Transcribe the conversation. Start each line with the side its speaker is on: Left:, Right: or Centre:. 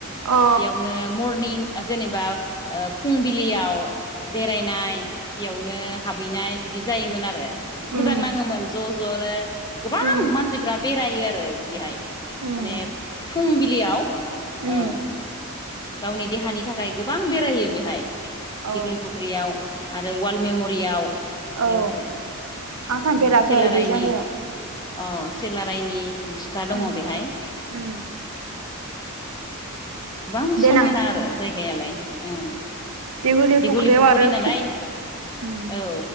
Right: अ
Left: बेयावनो मरनिं जेनेबा फुंबिलियाव बेरायनाय बेयावनो हाबहैनाय बिदि जायोमोन आरो। मोजां
Right: उम
Left: नाङोमोन ज' जनो गोबां
Right: उम
Left: मानसि बेरायो आरो बेहाय
Right: उम
Left: माने फुंबिलियाव
Right: उम
Left: औ गावनि देहानि थाखाय गोबां बेरायो बेहाय
Right: अ
Left: दिगलि फुख्रियाव आरो अवाल मेम'रियाव। बेयाव
Right: औ
Left: आरो
Right: आं थांफेराखै
Left: औ सिलारायनि
Right: बे जायगायाव।
Left: औ सेलारायनि मुसुखा दङ
Right: उम
Left: बेहाय
Right: उम
Left: गोबां समायना
Right: देनां थांगोन
Left: आरो जायगायालाय। ए
Right: दिघुलि
Left: बिगुलि
Right: फुख्रियाव
Left: फख्रि
Right: आरो
Left: नालाय
Right: फु उम
Left: औ